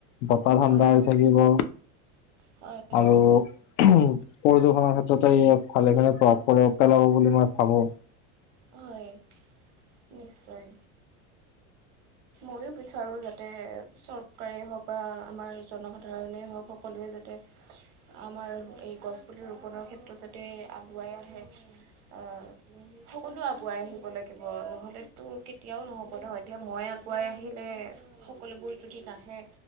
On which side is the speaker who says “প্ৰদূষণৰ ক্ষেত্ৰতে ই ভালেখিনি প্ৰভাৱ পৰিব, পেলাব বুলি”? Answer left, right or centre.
Left